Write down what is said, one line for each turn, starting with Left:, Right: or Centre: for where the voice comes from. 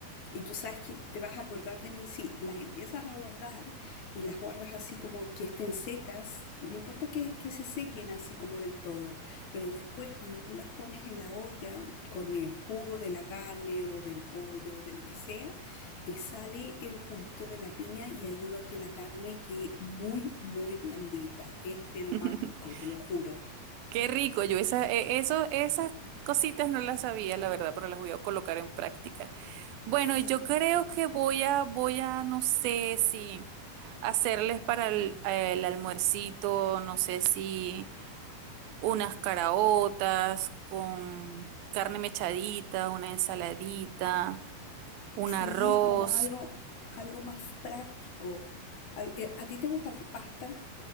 Left: y tú sabes que te vas a acordar de mí si las empiezas a guardar y las guardas así como que estén secas, no importa que, que se sequen así como del todo, pero después cuando tú las pones en la olla con el jugo de la carne o del pollo o de lo que sea, te sale el juguito de la piña y ayuda a que la carne quede muy, muy blandita. Es pero
Right: <laughs>
Left: mágico, te lo juro.
Right: Qué rico, yo esa, e- eso, esas cositas no las sabía, la verdad, pero las voy a colocar en práctica. Bueno,
Left: Sí,
Right: yo creo que voy a, voy a, no sé si hacerles para el, el almuercito, no sé si unas caraotas con carne mechadita, una ensaladita, un
Left: Sí,
Right: arroz.
Left: como algo, algo más práctico. Al- eh, ¿A ti te gustan las pastas?